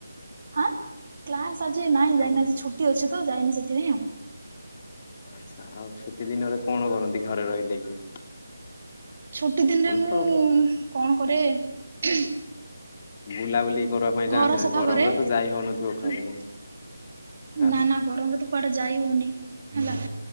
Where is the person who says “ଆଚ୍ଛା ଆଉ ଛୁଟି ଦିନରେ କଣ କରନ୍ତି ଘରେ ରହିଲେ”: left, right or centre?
Left